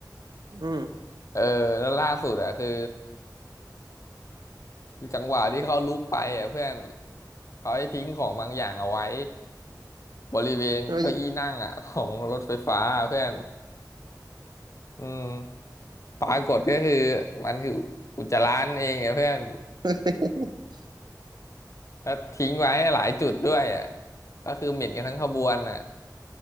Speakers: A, on the right; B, on the left.
A: อืม
B: เออแล้วล่าสุดอ่ะคือ คือจังหวะที่เขาลุกไปอ่ะเพื่อนเขาให้ทิ้งของบางอย่างเอาไว้บริเวณเก้าอี้นั่งอ่ะของรถไฟฟ้าอะเพื่อน
A: เฮ้ย
B: อืมปรากฏก็คือมันคืออุจจาระนั่นเองอ่ะเพื่อน
A: <laughs>
B: แล้วทิ้งไว้หลายจุดด้วยอ่ะก็คือเหม็นกันทั้งขบวนอ่ะ